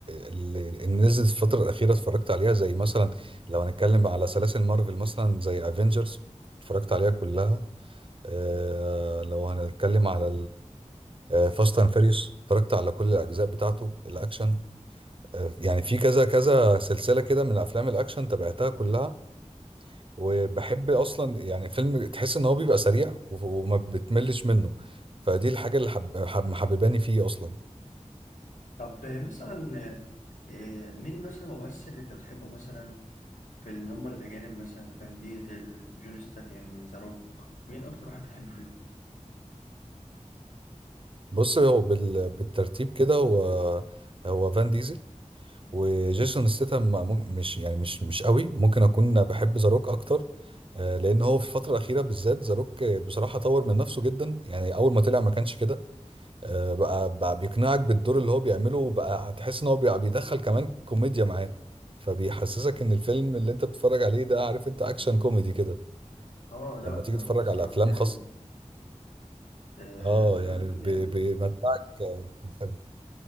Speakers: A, on the right (about 45°); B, on the left (about 85°).
A: اللي اللي نزلت الفتره الاخيره اتفرجت عليها زي مثلا لو هنتكلم على سلاسل مارفل مثلا زي افنجرز اتفرجت عليها كلها أه لو هنتكلم على فاست اند فيريوس اتفرجت على كل الاجزاء بتاعته الاكشن أه يعني في كذا كذا سلسله كده من افلام الاكشن تابعتها كلها وبحب اصلا يعني فيلم تحس ان هو بيبقى سريع وما بتملش منه فدي الحاجه اللي حب حب- محبباني فيه اصلا
B: طب آه، مثلا آه، آه، مين مثلا ممثل انت بتحبه مثلا في اللي هم الأجانب مثلا فان ديزل جون ستاتيم ذا روك مين أكتر واحد بتحب فيهم؟
A: بص هو بال... بالترتيب كده هو هو فان ديزل وجيسون ستاtham مم- مش يعني مش مش قوي ممكن اكون بحب ذا روك اكتر آه، لان هو في الفتره الاخيره بالذات ذا روك بصراحه طور من نفسه جدا يعني اول ما طلع ما كانش كده آه، بقى بقى بيقنعك بالدور اللي هو بيعمله وبقى هتحس ان هو بقى بيدخل كمان كوميديا معاه فبيحسسك ان الفيلم اللي انت بتتفرج عليه ده عارف انت اكشن كوميدي كده
B: آه لا
A: لما تيجي
B: ذا روك
A: تتفرج
B: الصراحة
A: على افلام
B: جامد
A: خاصة
B: آه،
A: اه
B: ذا
A: يعني
B: روك
A: بي-
B: جامد
A: بيمتعك آه، بالفيلم